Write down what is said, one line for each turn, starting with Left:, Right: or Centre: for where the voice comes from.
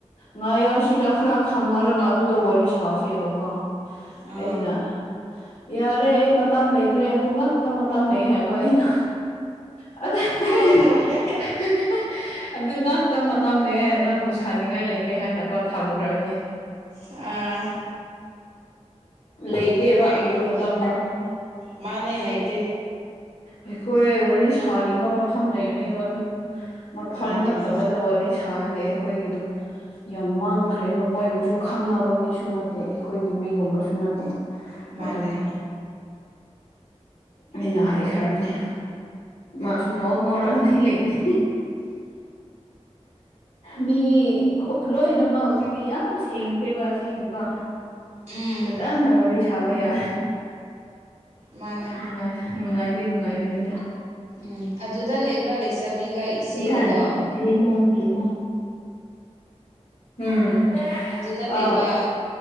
Left: ꯉꯥꯌꯣ ꯁꯤꯗ ꯈꯔ ꯈꯪꯅꯔꯒ ꯑꯗꯨꯗ ꯋꯥꯔꯤ ꯁꯥꯁꯦꯕꯀꯣ
Right: ꯑꯥ
Left: ꯑꯩꯅ ꯌꯥꯔꯦ ꯑꯩ ꯃꯇꯝ ꯂꯩꯇ꯭ꯔꯦ ꯑꯗꯨ ꯉꯥꯛꯇ ꯃꯇꯝ ꯂꯩ ꯍꯥꯏꯕ ꯑꯩꯅ <unintelligible>
Right: ꯍꯥꯏꯒꯗꯕꯅꯦ
Left: ꯑꯗꯨ ꯉꯥꯛꯇ ꯃꯇꯝꯅꯦ ꯑꯦ ꯅꯪꯕꯨ ꯁꯥꯅꯤꯡꯉꯥꯏ ꯂꯩ ꯀꯩ ꯍꯥꯏꯅꯀꯣ ꯊꯝꯈ꯭ꯔꯕꯅꯤ
Right: ꯑ
Left: ꯂꯩꯇꯦꯕ
Right: ꯍꯥꯏꯒꯗꯕꯅꯦ
Left: ꯑꯗꯨ ꯃꯇꯝꯗꯣ
Right: ꯃꯥꯅꯦ ꯂꯩꯇꯦ
Left: ꯑꯩꯈꯣꯏ ꯋꯥꯔꯤ ꯁꯥꯅꯤꯡꯕ ꯃꯐꯝ ꯂꯩꯕꯅꯦꯕ ꯑꯗꯨ ꯃꯐꯝ
Right: ꯃꯥꯅꯦ
Left: ꯅꯠꯇꯕꯗ
Right: ꯃꯥꯅꯦ
Left: ꯋꯥꯔꯤ ꯁꯥꯔꯗꯤ ꯑꯩꯈꯣꯏꯒꯤꯗꯣ ꯌꯥꯝ ꯃꯥꯡꯈ꯭ꯔꯦꯕ ꯃꯣꯏꯕꯨꯁꯨ ꯈꯪꯉꯕ ꯃꯤꯁꯨ ꯅꯠꯇꯦ ꯑꯩꯈꯣꯏꯒꯤ ꯃꯤꯒꯨꯝꯕꯁꯨ ꯅꯠꯇꯦ
Right: ꯃꯥꯅꯦ
Left: ꯑꯗꯨꯒꯤ ꯑꯩꯅ ꯍꯥꯏꯈ꯭ꯔꯕꯅꯤ ꯃꯥꯁꯨ ꯅꯣꯛ ꯅꯧꯔꯛꯑꯗꯤ ꯂꯩꯕꯅꯤ ꯃꯤ ꯂꯣꯏꯅꯃꯛ ꯍꯧꯖꯤꯛꯇꯤ ꯌꯥꯝ ꯁꯦꯡꯈ꯭ꯔꯦꯕ ꯑꯁꯤꯒꯤꯀꯣ
Right: ꯎꯝ
Left: ꯐꯖꯅ ꯋꯥꯔꯤ ꯁꯥꯕ ꯌꯥ
Right: ꯃꯥꯅꯦ
Left: ꯅꯨꯡꯉꯥꯏ ꯅꯨꯡꯉꯥꯏꯔꯤ ꯅꯨꯡꯉꯥꯏꯕꯅꯤꯗ
Right: ꯎꯝ ꯑꯗꯨꯗ ꯂꯩꯕ ꯂꯩꯁꯥꯕꯤꯒ ꯏꯆꯦꯒꯗꯣ
Left: ꯏꯊꯥꯟ ꯔꯤꯃꯣꯠ ꯔꯤꯃꯣꯠ ꯎꯝ
Right: ꯑꯗꯨꯗ ꯂꯩꯕ
Left: ꯑ